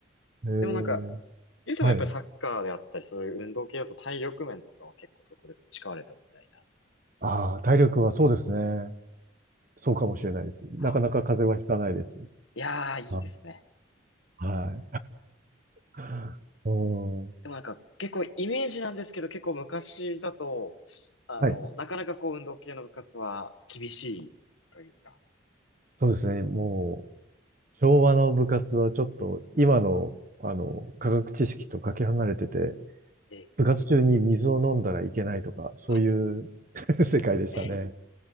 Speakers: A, on the right; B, on the left.
A: えー
B: でもなんか、ゆうさんもやっぱりサッカーであったり、
A: はい。
B: そういう運動系だと体力面とかは結構そこで培われたみたいな。
A: ああ、体力はそうですね。そうかもしれないです。
B: あ
A: なかなか風邪はひかないです。
B: いやー、いいですね。
A: あ、はい。<laughs> うん。
B: でもなんか、結構イメージなんですけど、結構昔だと、あの、
A: はい。
B: なかなかこう運動系の部活は厳しいというか、
A: そうですね。もう、昭和の部活はちょっと今の、あの、科学知識とかけ離れてて、
B: ええ、
A: 部活中に水を飲んだらいけないとか、そういう
B: あ、
A: <laughs> 世界でしたね。
B: ええ、や